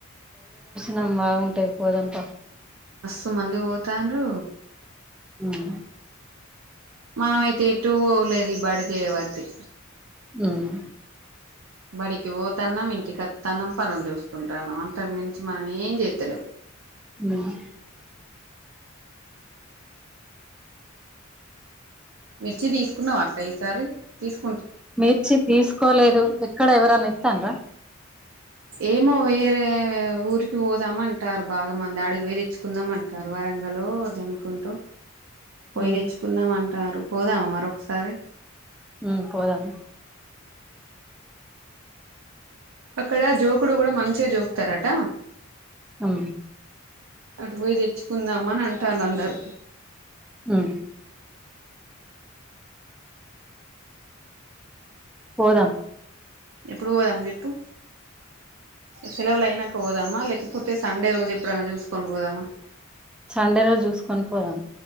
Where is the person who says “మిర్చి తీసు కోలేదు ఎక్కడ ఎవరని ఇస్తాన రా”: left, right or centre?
Centre